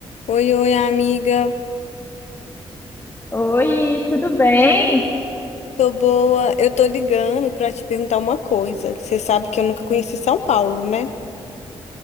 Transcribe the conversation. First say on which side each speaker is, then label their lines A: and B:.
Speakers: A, on the left; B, on the left.
A: Oi, oi, amiga.
B: Oi, tudo bem?
A: Tô boa. Eu tô ligando pra te perguntar uma coisa. Você sabe que eu nunca conheci São Paulo, né?